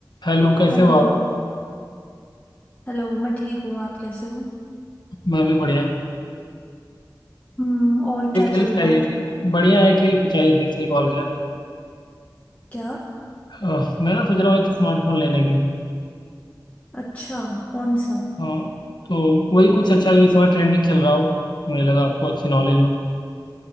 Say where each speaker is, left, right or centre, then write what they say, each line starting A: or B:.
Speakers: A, on the left; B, on the left.
A: Hello कैसे
B: हेलो
A: हो आप
B: हेलो मैं ठीक हूँ आप कैसे हो
A: मैं भी बढ़िया
B: हम्म और क्या
A: एक हेल्प
B: चल
A: चाहिए
B: रहा है
A: थी बढ़िया एक हेल्प चाहिए थी इसलिए कॉल किया
B: क्या
A: अह, मैं ना सोच रहा हूँ एक स्मार्टफोन लेने की
B: अच्छा कौन सा
A: हाँ तो वही कुछ अच्छा जो इस समय ट्रेंडिंग चल रहा हो मुझे लगा आपको अच्छी नॉलेज हो